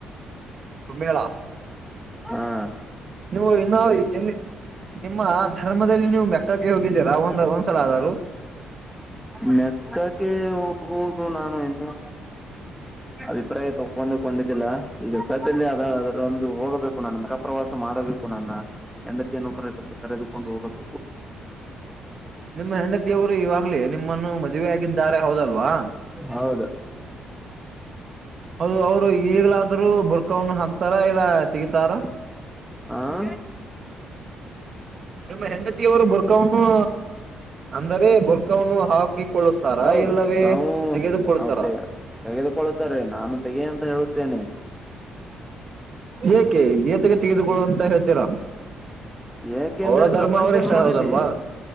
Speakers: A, on the right; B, in the centre.
A: ಸಮೇಳ
B: ಹಾ
A: ನೀವು ಇನ್ನಾ ಎಲ್ಲಿ ನಿಮ್ಮ ಧರ್ಮದಲ್ಲಿ ನೀವು ಮೆಕ್ಕಕ್ಕೆ ಹೋಗಿದ್ದೀರಾ ಒಂದು. ಒಂದ್ಸಲ ಆದರು
B: ಮೆಕ್ಕಕ್ಕೆ ಹೋಗುವುದು ನಾನು ಇನ್ನು. ಅಭಿಪ್ರಾಯ ತಗೊಂಡು ಕೊಂಡಿದ್ದಿಲ್ಲ ಈಗ ಸದ್ಯ ಅ ಅದರೊಂದು ಹೋಗಬೇಕು ನಾನು. ಪ್ರವಾಸ ಮಾಡಬೇಕು ನನ್ನ ಹೆಂಡತಿಯನ್ನುಕ ಕರೆದುಕೊಂಡು ಹೋಗಬೇಕು.
A: ನಿಮ್ಮ ಹೆಂಡತಿಯವರು ಇವಾಗ್ಲಿ ನಿಮ್ಮನ್ನು ಮದುವೆ ಆಗಿದ್ದಾರೆ ಹೌದಲ್ವಾ.
B: ಹೌದು
A: ಅದು ಅವ್ರು ಈಗ್ಲಾದ್ರರು ಬುರ್ಕಾವವನ್ನು ಹಾಕ್ತಾರ ಇಲ್ಲ ತೆಗತಾರ.
B: ಹಾ
A: ನಿಮ್ಮ ಹೆಂಡತಿಯವರು ಬುರ್ಕಾವವನ್ನು ಅಂದರೆ ಬುರ್ಕವನ್ನು ಹಾಕಿಕೊಳ್ಳ. ತರಾ
B: ಹೌದು
A: ಇಲ್ಲವೇ
B: ನಾವು
A: ತೆಗೆದು ಕೊಡ್ತಾರಾ.
B: ನಾವು ತೆ ತೆಗೆದುಕೊಳ್ಳುತ್ತಾರೆ ನಾನು ತೆಗೆಯ ಅಂತಾ ಹೇಳುತ್ತೇನೆ.
A: ಏಕೆ ಏತೆಗೆ ತೆಗೆದು ಅಂತಾ ಹೇಳ್ತೀರಾ.
B: ಏಕೆಂದರೆ
A: ಅವಳ ಧರ್ಮ
B: ಪ್ರಪಂಚ
A: ಅವ್ರಷ್ಟ
B: ನೋಡಲಿ
A: ಹೌದಲ್ವಾ.